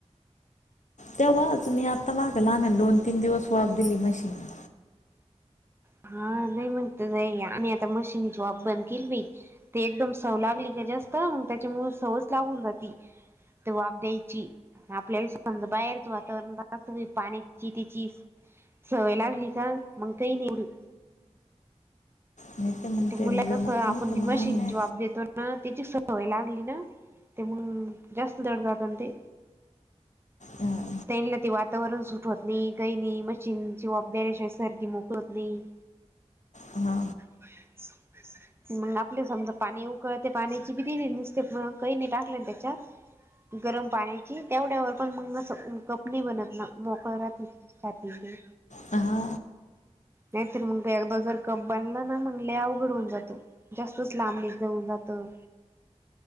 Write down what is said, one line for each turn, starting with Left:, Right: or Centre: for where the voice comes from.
Left: तेव्हाच मी आता माझ्या लहान्याला दोन तीन दिवस वाफ दिली मशीनी
Right: हा नाही म्हणत नाही आम्ही आता मशीनीची वाफ बंद केली बाई ते एकदम सवय लागली का जास्त मग त्याच्यामुळेळ सवय लागून जाती जबाब द्यायची आपल्याला समजा बाहेरच वातावरण रास्त पाण्याची तिची सवय लागली का मग ही निवडी
Left: नाही ते मग ते
Right: मुला
Left: जमत
Right: कस आपण
Left: नाही तर
Right: ती
Left: मग
Right: मशीन
Left: आम्ही
Right: जॉब देतो त्याची सवय लागली ना ते म्हून जास्त दड जात ते
Left: हा
Right: त्यांनीला ते वातावरण सुटवत नाही काही नाही मशीन जबाबदऱशिवाय सर्दी मोकळत नाही
Left: हा हा
Right: <inaudible> <inaudible> मग आपले समजा पाणी उकळते पाण्याची बी दिणे नुसते प कही नाही टाकले ना त्याच्यात गरम पाण्याची तेवढ्यावर पण मग कपनी बनत ना मोकळ राहते पाात ते
Left: हा
Right: नाहीत मग एकदा जर कप बांधलं म म्हगले अवघड होऊन जातो जास्तच लांबणीच देऊन जातं